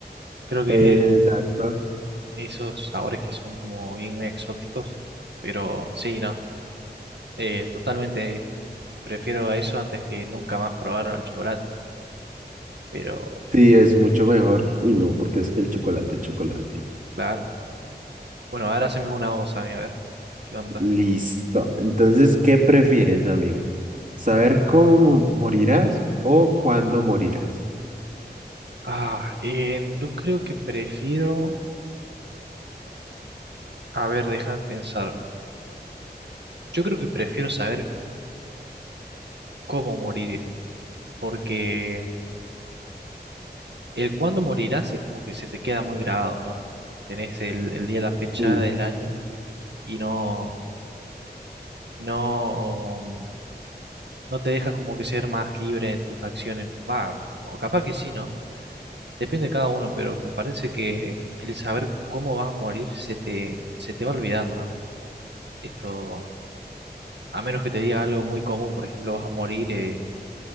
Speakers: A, on the right; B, on the right.
A: Creo que
B: Exacto.
A: es el, esos sabores que son como bien exóticos, pero sí, no, eh, totalmente prefiero a eso antes que nunca más probar el chocolate, pero
B: Sí, es mucho mejor. Uy, no, porque es que el chocolate es chocolate.
A: claro. Bueno, ahora haceme una voz a mí, a ver, ¿qué onda?
B: Listo. Entonces, ¿qué prefieres, amigo? ¿Saber cómo morirás o cuándo morirás?
A: Ah, em, yo creo que prefiero, a ver, déjame pensar, yo creo que prefiero saber cómo moriré, porque El cuándo morirás es como que se te queda muy grabado, ¿no? Tenés el, el día, la fecha
B: Sí,
A: del año y no, no, no te deja como que ser más libre en tus acciones. Va, o capaz que sí, ¿no? Depende de cada uno, pero me parece que el saber cómo vas a morir se te, se te va olvidando, ¿no? Esto, a menos que te diga algo muy común, por ejemplo, vas a morir eh,